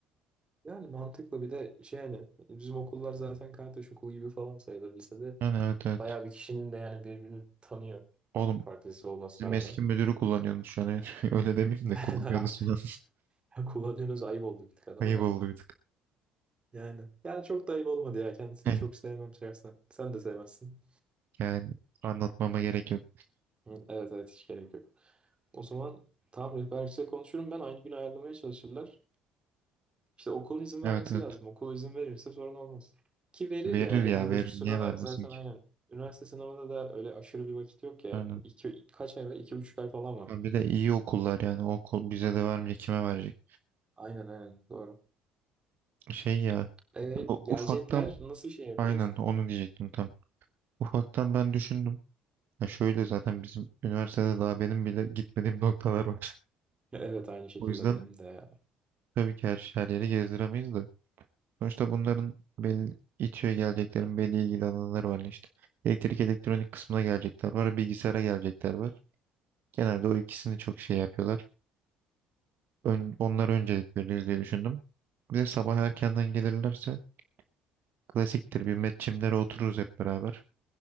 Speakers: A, on the right; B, on the right.
A: Yani mantıklı bir de şey yani bizim okullar zaten kardeş okulu gibi falan sayılır lisede.
B: Yani evet evet.
A: Bayağı bir kişinin de yani birbirini tanıyor.
B: Oğlum
A: Farklı lise olmasına
B: bizim
A: rağmen.
B: eski müdürü kullanıyorsunuz şu an. <laughs> Öyle demeyeyim de
A: <laughs>
B: kullanıyorsunuz şu an.
A: Kullanıyoruz ayıp oldu bir tık
B: <laughs>
A: adama
B: Ayıp
A: da.
B: olduyduk. <laughs>
A: Yani. Yani çok da ayıp olmadı ya. Kendisini
B: Yani,
A: çok sevmem şahsen. Sen de sevmezsin.
B: yani anlatmama gerek yok.
A: Hı, Evet evet hiç gerek yok. O zaman tamam rehber kişiyle konuşurum ben. Aynı gün ayarlamaya çalışırlar. İşte okul izin
B: Evet
A: vermesi
B: evet.
A: lazım. Okul izin verirse sorun olmaz. Ki verir
B: Verir
A: ya. Genelde
B: ya verir.
A: şu sıralar
B: Niye vermesin
A: zaten
B: ki?
A: aynen. Üniversite sınavında da öyle aşırı bir vakit yok ya.
B: Aynen.
A: İki, kaç ay var? İki buçuk ay falan var.
B: Ha, Bir de iyi okullar yani. O okul bize de vermeyecek. Kime verecek?
A: Aynen aynen. Doğru.
B: Şey ya.
A: Ee,
B: o
A: gelecekler
B: ufaktan
A: nasıl şey yaparız?
B: aynen onu diyecektim tam. Ufaktan ben düşündüm. Ya şöyle zaten bizim üniversitede daha benim bile gitmediğim noktalar var.
A: <laughs> Evet
B: <laughs>
A: aynı şekilde
B: O yüzden
A: benim de ya.
B: tabii ki her, her yeri gezdiremeyiz de. Sonuçta bunların belli İTÜ'ye geleceklerin belli ilgili alanları var işte. Elektrik elektronik kısmına gelecekler var, bilgisayara gelecekler var. Genelde o ikisini çok şey yapıyorlar. Ön, onlara öncelik veririz diye düşündüm. Bir de sabah erkenden gelirlerse klasiktir bir metçimlere otururuz hep beraber.